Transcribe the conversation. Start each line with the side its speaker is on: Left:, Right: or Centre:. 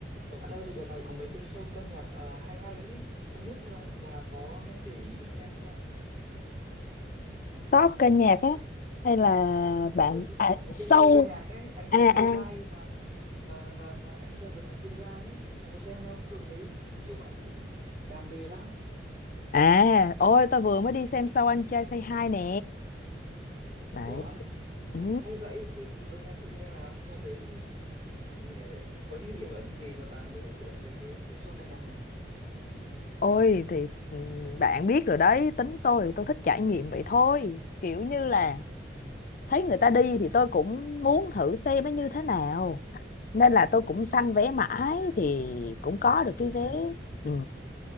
Right: Bạn ơi, đợt này có mấy cái show ca nhạc à, hay hay ấy, không biết à, bà có để ý và xem không?
Left: shop ca nhạc á hay là bạn
Right: Ừ,
Left: à,
Right: mấy
Left: show
Right: cái show ca nhạc ấy, anh
Left: à
Right: trai Say
Left: à
Right: Hi và và và và anh trai vượt ngàn chông gai ấy, bà có xem không? Tôi thấy nhiều bạn nữ đam mê lắm.
Left: à ôi tôi vừa mới đi xem show anh trai Say Hi nè đấy
Right: Ủa,
Left: ừ.
Right: hay vậy, kể thử tôi nghe thử xem nào. Hôm đấy ờ, có những điểm ấn gì mà bạn thấy ấn tượng về cái cái show ca nhạc này?
Left: ôi thì ừ, bạn biết rồi đấy tính tôi tôi thích trải nghiệm vậy thôi kiểu như là thấy người ta đi thì tôi cũng muốn thử xem nó như thế nào nên là tôi cũng săn vé mãi thì cũng có được cái
Right: Ừ,
Left: vé ừ.